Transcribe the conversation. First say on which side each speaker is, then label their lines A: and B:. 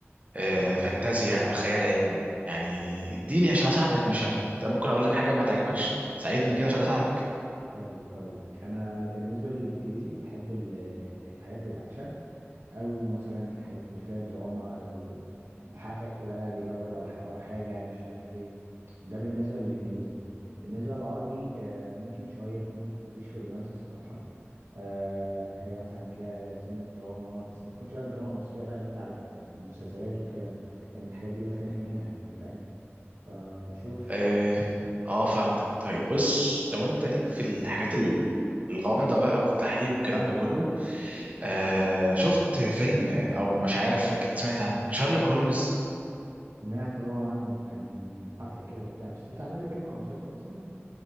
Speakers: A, on the right; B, on the right.
A: آه
B: بص
A: فانتازيا خيال علمي يعني اديني
B: مم.
A: عشان أساعدك مش هك... ممكن أقول لك حاجة ما تعجبكش ساعدني كده عشان أساعدك
B: طيب هقول لك انا بالنسبه للانجليزي بحب ال- الحاجات الاكشن او مثلا الحاجات اللي فيها دراما او محقق بقى بيدور ورا ورا حاجه مش عارف ايه ده بالنسبه للانجليزي بالنسبه للعربي آه، ممكن شويه كوميدي ماليش في الرومانسي صراحه آه، حاجه مثلا فيها سنه دراما بس ما تكونش بقى الدراما المصريه بقى اللي انت عارفها بتاعت المسلسلات وكده لان الحاجات دي بتخنق منها يعني فاهم فشوف
A: آه آه فهمتك طيب بص لو أنت ليك في الحاجات ال- الغامضة بقى والتحقيق والكلام ده كله آه شفت فيلم او مش عارف اكيد سمعت عن شارلوك هولمز
B: سمعت اه عنه كان محقق كده وبتاع بس ده تعمل له فيلم او مسلسل اصلا